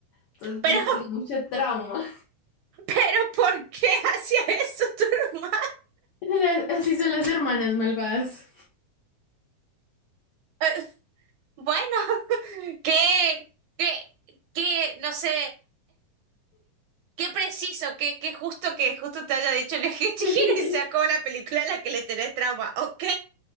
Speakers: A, on the left; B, on the right.
A: Entonces
B: Pero,
A: le tenía mucho trauma.
B: pero, ¿por qué hacía eso tu hermano?
A: <laughs> Las- Así son las hermanas malvadas.
B: Eh, Bueno, <laughs> qué, qué, qué, no sé, qué preciso, qué, qué justo que justo te haya dicho el viaje Chihiro
A: <laughs>
B: y se acabó la película a la que le tenés trauma. Ok,